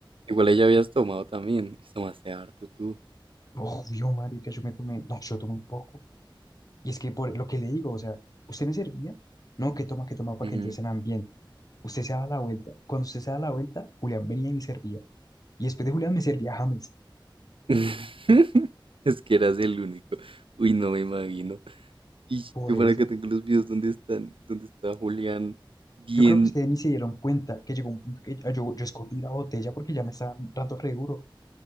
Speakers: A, on the right; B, on the left.
A: Igual ella habías tomado también. y Tomaste harto tú.
B: Obvio, marica, yo me tomé, no, yo tomé un poco. Y es que por lo que le digo, o sea, usted me servía, no, que toma, que toma para
A: Ujú.
B: que entres en ambiente. Usted se da la vuelta. Cuando usted se da la vuelta, Julián venía y me servía. Y después de Julián me servía James.
A: <laughs> Es que eras el único. Uy, no me imagino. Y
B: Por
A: yo
B: eso.
A: para que tengo los videos donde están, donde está Julián bien.
B: Yo creo que ustedes ni se dieron cuenta que llegó un punto que ya- yo, yo escondí la botella porque ya me estaba dando re duro.